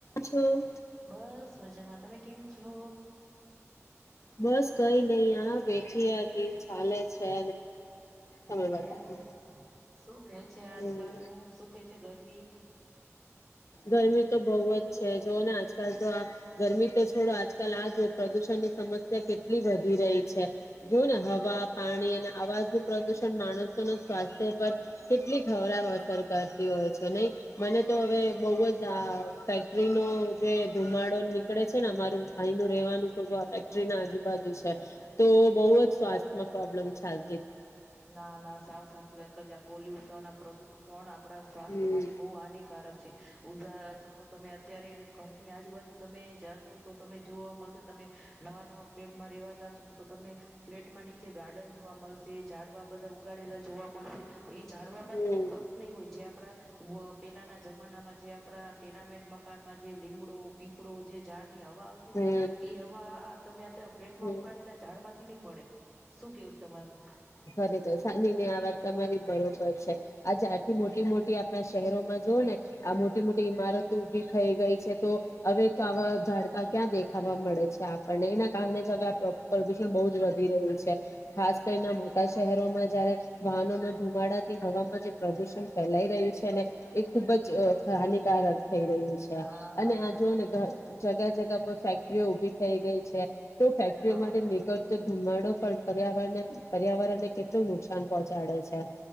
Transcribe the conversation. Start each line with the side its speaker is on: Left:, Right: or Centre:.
Left: જો.
Centre: બસ મજામાં તમે કેમ છો?
Left: બસ કઈ નઈ આ બેઠી હતી ચાલે છે. તમે
Centre: હને
Left: બતાવો
Centre: શું કે છે આજ
Left: હમ
Centre: કલ નું શું કેછ. છે ગરમી
Left: ગરમી તો બહુ જ છે જોઓ ને આજકાલ તો આ ગરમી તો છોડો આજકાલ આ જો પ્રદુષણની સમસ્યા કેટલી વધી રહી છે જો ને હવા પાણી અને અવાજ ન પ્રદુષણ માણસોના સ્વાસ્થ્ય પર કેટલી ખરાવ અસર કરતી હોય છે નહી. મને તો હવે. આ ફેક્ટરી નો જે ધુમાડો નીકળે છે ને અમારું ભાઈ નું રેવાનું થોડું આ ફેક્ટરી ના આજુબાજુ છે તો બહુ જ સ્વાસ્થ્યમાં પ્રોબ્લેમ ચાલ
Centre: ના ના સાવ સાચી વાત કરી લ પોલ્યુશન પ્રદૂષણ આપ આપણા સ્વાસ્થ્ય
Left: હમ.
Centre: માટે બહુ હાનિકારક છે. ઉધા તમે અત્યારે ઘરની આજુબાજુ તમે જાશો તો તમે જોવા મળશે તમે નવા નવા ફ્લેટમાં રેવા જાશો તો તમને ફ્લેટમાં નીચે ગાર્ડન જોવા મળશે. ઝાડવા બધા ઉગાડેલા જોવા મળશે. એ જાડવામાં
Left: હમ
Centre: જે કસ નહી હોય જે આપડા પેલાના જમાનામાં જે આપડા ટેનામેટ મકાનમાં જે લીમડો પીપળો જે ઝાડ ની હવા આવતી
Left: હમ
Centre: હતી એ હવા તમને અત્યારે ફ્લેટ
Left: હમ.
Centre: માં ઉગાેલા ઝાડમાં થી નહી મળે શું કેવું તમારું
Left: ખરેખર સાન ની આ વાત તમારી બરોબર છે. આ ઝડ થી મોટી મોટી આપણા શહેરોમાં જોઓ ને આ મોટી મોટી ઈમારતો ઉભી થઈ ગઈ છે તો હવે તો આવા ઝાડકા ક્યાં દેખાવા મળે છે આપણને એના કારણે જ હવે પ્રદુષણ બહુ જ વધ ધી રહ્યું છે. ખાસ કરી ના રોમાં જારે વાહનોના ધુમાડાથી હવામાં જે પ્રદુષણ ફેલાઈ રહ્યું છે ને એ ખુબજ અ હાની કાર થઈ રહ્યું છે
Centre: હા
Left: અને
Centre: સાચી
Left: આ જો
Centre: વાત
Left: ને
Centre: છે
Left: જગા-જગા પર ફેક્ટરીઓ ઉભી થઈ ગઈ છે. તો ફેક્ટરીઓમાં
Centre: હા
Left: નીકળતો ધુમાડો. પણ પર્યાવરણ.. પર્યાવરણ ને કેટલું નુકસાન પહોંચાડે છે.